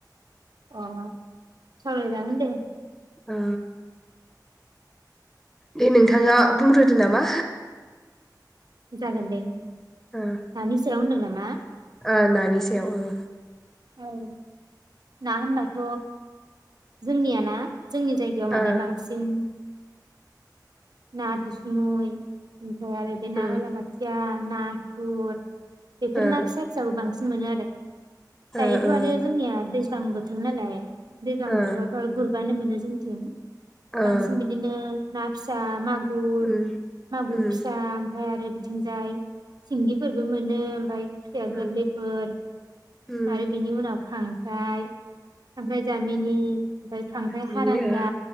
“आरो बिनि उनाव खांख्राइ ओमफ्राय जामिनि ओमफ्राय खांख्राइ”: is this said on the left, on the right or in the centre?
Right